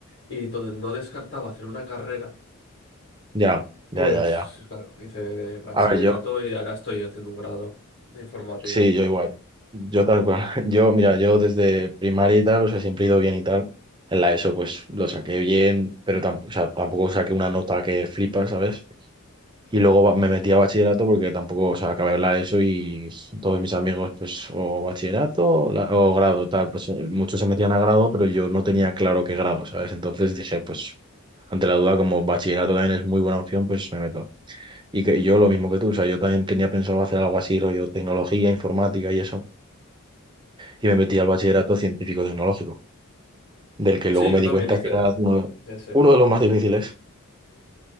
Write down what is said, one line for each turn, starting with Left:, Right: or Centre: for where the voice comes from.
Left: y todo- no descartaba hacer una carrera,
Right: Ya, ya,
Left: pues
Right: ya, ya.
Left: claro, hice bachillerato
Right: A ver, yo
Left: y ahora estoy haciendo un grado de informática.
Right: Sí, yo igual. Yo tal cual. <laughs> Yo, mira, yo desde primaria y tal, o sea, siempre he ido bien y tal. En la ESO, pues lo saqué bien, pero tampoco, o sea, tampoco saqué una nota que flipa, ¿sabes? Y luego ba- me metí a bachillerato porque tampoco, o sea, acabé la ESO y todos mis amigos, pues, o bachillerato o, la- o grado, tal. Pues eh, muchos se metían a grado, pero yo no tenía claro qué grado, ¿sabes? Entonces dije, pues, ante la duda, como bachillerato también es muy buena opción, pues me meto. Y que y yo lo mismo que tú, o sea, yo también tenía pensado hacer algo así, rollo tecnología, informática y eso y me metí al bachillerato científico-tecnológico, del que luego
Left: Sí,
Right: me
Left: yo
Right: di
Left: también
Right: cuenta
Left: hice,
Right: que era uno,
Left: hice ese,
Right: uno de los más difíciles.